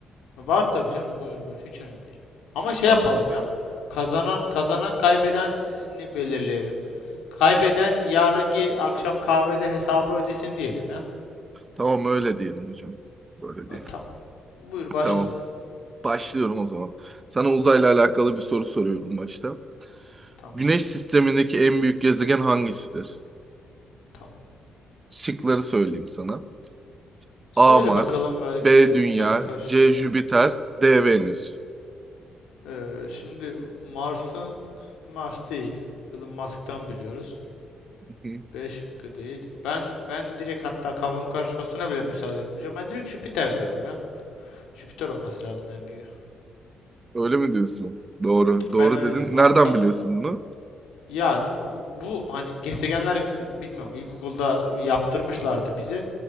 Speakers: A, on the left; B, on the right.
A: Var tabii canım buyur buyur hiç önemli değil. Ama şey
B: Tamam.
A: yapalım ya. Kazanan kazanan kaybedeni belirleyelim. Ee, Kaybeden yarınki akşam kahvede hesabı ödesin diyelim ya.
B: Tamam öyle diyelim hocam. Böyle
A: Ha,
B: diyelim.
A: tamam. Buyur başla
B: Tamam.
A: bakalım.
B: Başlıyorum o zaman. Sana
A: Hı hı.
B: uzayla alakalı bir soru soruyorum başta.
A: Tamam.
B: Güneş sistemindeki en büyük gezegen hangisidir?
A: Tamam.
B: Şıkları söyleyeyim sana.
A: Söyle
B: A. Mars,
A: bakalım belki
B: B. Dünya,
A: belki karıştırırım.
B: C. Jüpiter, D. Venüs.
A: Ee, şimdi Mars'ı Mars değil. Elon Musk'tan biliyoruz.
B: Hı hı.
A: B şıkkı değil. Ben ben direkt hatta kafam karışmasına bile müsaade etmeyeceğim. Ben direkt Jüpiter diyorum ya. Jüpiter olması lazım en büyüğü.
B: Öyle mi diyorsun? Doğru. Doğru
A: Ben öyle
B: dedin.
A: diyorum. Hatta
B: Nereden biliyorsun bunu?
A: Ya bu hani gezegenler bilmiyorum ilkokulda yaptırmışlardı bize.